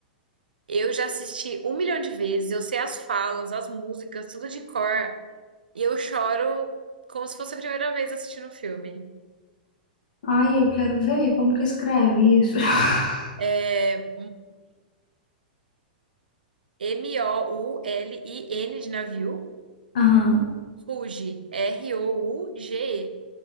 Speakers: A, on the right; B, on the left.
A: Eu já assisti um milhão de vezes, eu sei as falas, as músicas, tudo de cor. E eu choro como se fosse a primeira vez assistindo o filme.
B: Ai, eu quero ver como que escreve isso. <laughs>
A: É, M-O-U-L-I-N de navio.
B: Aham,
A: Ruge. R-O-U-G-E.